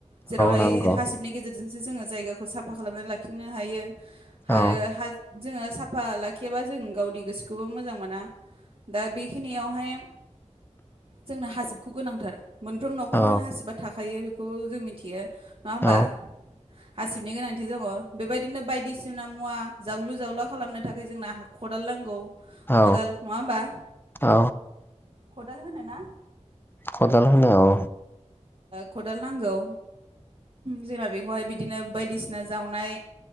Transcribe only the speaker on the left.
नंगौ
औ नंगौ औ
औ
औ
औ
औ
खदाल होन औ।